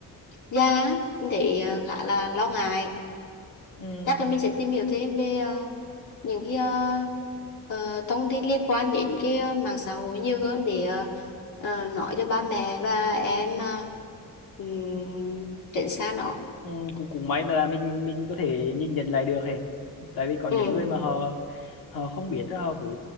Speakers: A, on the left; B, on the left.
A: già á, mình thấy ờ, khá là lo ngại
B: um,
A: chắc là mình sẽ tìm hiểu thêm về ờ, những cái ờ, ờ, thông tin liên quan đến cái ờ, mạng xã hội nhiều hơn để ờ, ờ, nói cho ba mẹ và em ờ, ừm, tránh xa nó
B: um, cũng cũng may mà là mình mình có thể nhìn nhận lại được hề tại vì có những
A: ừ
B: người mà họ họ không biết đó, họ cứ